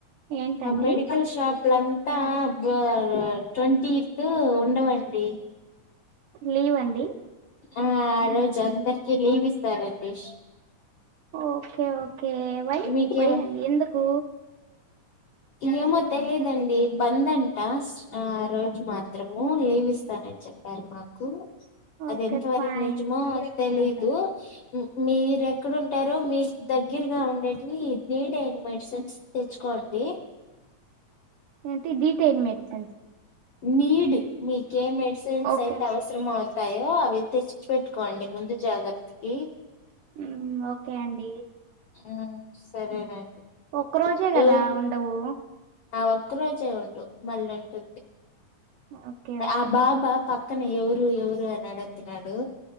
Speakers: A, on the right; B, on the left.
A: ఏంటండి
B: మెడికల్ షాప్ లమ్ <unintelligible> తీర్తు ఉండవండి
A: లీవ్ అండి
B: ఆ ఆ రోజు అందరికీ లీవ్ ఇస్తారు ఆంటీ ష్
A: ఓకే ఓకే వై
B: మీకేమ
A: వై అండి ఎందుకు
B: ఏమో తెలిదండి బంద్ అంట ఆ రోజు మాత్రము లీవ్ ఇస్తానని చెప్పారు మాకు అది
A: ఓకే
B: ఎంతవరకు
A: ఫైన్
B: నిజమో తెలిదు ష్ ఉ ఉమ్ మీరెక్కడున్ ఉంటారు మీ దగ్గరగా ఉండేటివి నీడ్ అయిన మెడిసిన్స్ తెచ్చుకోండి
A: ఏంటి డీటైన్ మెడిసన్స్
B: నీడ్ మీ ఏ మెడిసిన్స్
A: ఓకే
B: సైత అవసరం అవుత తాయో అవి తెచ్చి పెట్టుకోండి ముందు జాగ్రత్తకి
A: మ్మ్, ఓకే అండి
B: ఆ సరేనండి
A: ఒక్క రోజే కదా
B: ఎవరు
A: ఉండవు
B: ఆ ఒక్క రోజే ఉండు మళ్ళీ ఉంటుంది
A: ఓకే ఓకే
B: ఆ
A: అండి.
B: బాబా పా పక్కన ఎవరు ఎవరు అడుగుతున్నారు